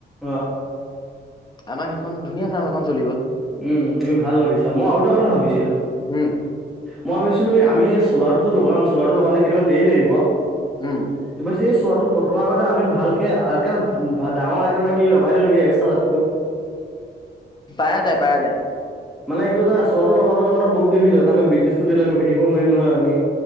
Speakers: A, in the centre; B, on the left.
A: অ।
B: আমাৰ সেইখন ধুনীয়া ফাৰ্ম এখন চলি গ'ল।
A: উম তুমি ভাল ভাবিছা? মই আৰু এটা কথা ভাবিছিলো?
B: উম
A: মই ভাবিছিলোঁ আমি চ'লাৰটো লগাম চ'লাৰটোৰ লগাওঁতে কেই দিন মান দেৰি লাগিব।
B: উম।
A: কিবা চে এই চোৱাটো বতোৱাৰ আগতে আমি ভালকে ডাঙৰ কিনি লগাই দিওঁ নেকি এক্সট্ৰা তাতকৈ?
B: পাৰা যায় পাৰা যায়।
A: মানে কিয় জানা? চোৱাটো লগাওঁতে লগাওঁতে বহু দেৰি যায় আমি বিজনেছটো দেৰি লৈকে ৰখি থাকিব নোৱাৰিম নহয় আমি।